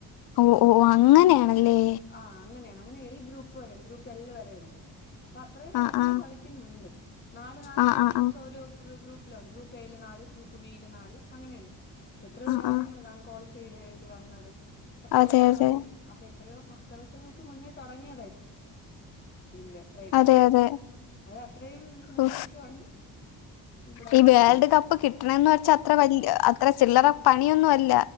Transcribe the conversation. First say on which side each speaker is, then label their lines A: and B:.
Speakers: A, on the left; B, on the left.
A: ഓഹ് ഓഹ് അങ്ങനെയാണല്ലേ
B: ആഹ് അങ്ങനെയാണ് അങ്ങനെ എൽ ഗ്രൂപ്പ് വരെണ്ട് ഗ്രൂപ്പ് എല്ല് വരെ ഉണ്ട് അപ്പൊ അത്രയും
A: ആഹ്
B: രാജ്യങ്ങൾ
A: ആഹ്
B: കളിക്കുന്നുണ്ട് നാല് നാല്
A: ആഹ്
B: ടീം
A: ആഹ്
B: വെച്ച് ഓരോ ഗ്രൂ ഗ്രൂപ്പിലുണ്ട് ഗ്രൂപ്പ് എയില് നാല് ഗ്രൂപ്പ് ബിയില് നാല് അങ്ങനെയുണ്ട് അപ്പൊ എത്രയോ
A: ആഹ്
B: രാജ്യങ്ങള്
A: ആഹ് ആഹ്
B: കാണും കോളിഫൈ ഇത് വന്നത് പല
A: അതെ അതെ
B: കളിയും ഒക്കെ എത്രയോ ദിവസങ്ങൾക്ക് മുന്നേ തുടങ്ങിയതാ ഇത് ഇതിന്റെ പ്രയത്നം
A: അതെ
B: അവര്
A: അതെ
B: അത് അത്രയും മുന്നേച്ച
A: ഓ
B: തുടങ്ങി ഇവിടെ വന്ന്
A: ഈ വേൾഡ്
B: നിൽക്കുന്നു
A: കപ്പ് കിട്ടണന്ന് വെച്ചാ അത്ര വല്യ അത്ര ചില്ലറ പണിയൊന്നും അല്ല